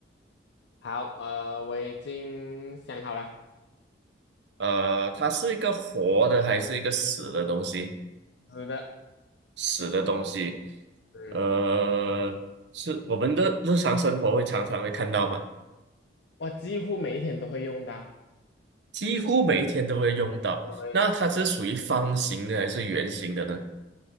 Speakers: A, on the left; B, on the right.
A: 好，呃，我已经想好了，
B: 呃，它是一个活的还是一个死的东西？
A: 是的，
B: 死的东西，
A: 嗯，
B: 呃，是我们的日常生活会常常会看到吗？
A: 我几乎每一天都会用到。
B: 几乎每一天都会用到。
A: 对
B: 那它是属于方形的还是圆形的呢？